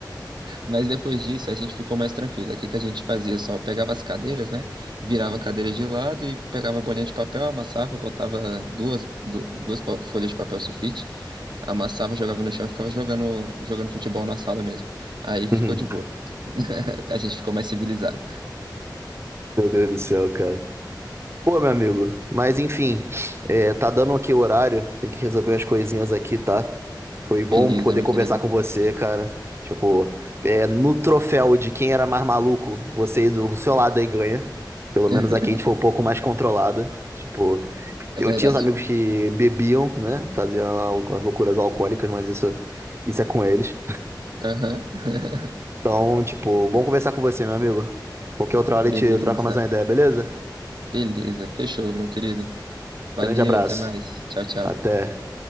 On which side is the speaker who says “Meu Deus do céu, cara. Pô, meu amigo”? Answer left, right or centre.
Right